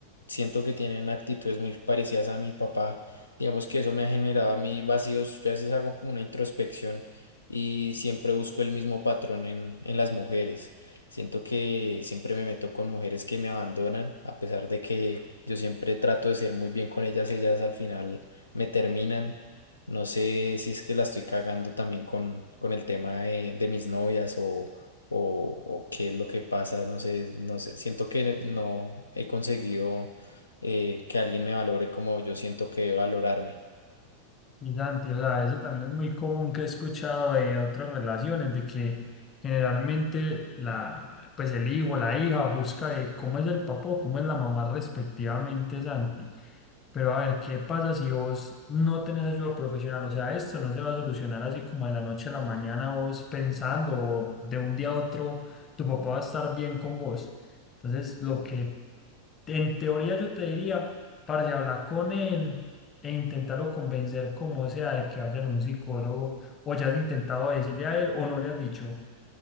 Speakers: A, on the left (about 80°); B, on the left (about 25°).
A: siento que tienen actitudes muy parecidas a mi papá. Digamos que eso me ha generado a mí vacíos. Yo a veces hago como una introspección y siempre busco el mismo patrón en, en las mujeres. Siento que siempre me meto con mujeres que me abandonan, a pesar de que yo siempre trato de ser muy bien con ellas, ellas al final me terminan. No sé si es que la estoy cagando también con, con el tema de, de mis novias o, o, o qué es lo que pasa, no sé, no sé, siento que no he conseguido eh, que alguien me valore como yo siento que debe valorarme.
B: Y Santi, o sea, eso también es muy común que he escuchado de otras relaciones, de que generalmente la, pues el hijo, la hija busca de cómo es el papá o cómo es la mamá respectivamente, Santi. Pero a ver, ¿qué pasa si vos no tenés ayuda profesional? O sea, esto no se va a solucionar así como de la noche a la mañana vos pensando o de un día a otro tu papá va a estar bien con vos. Entonces, lo que en teoría yo te diría, para hablar con él e intentarlo convencer como sea de que vayan a un psicólogo o ya has intentado decirle a él o no le has dicho.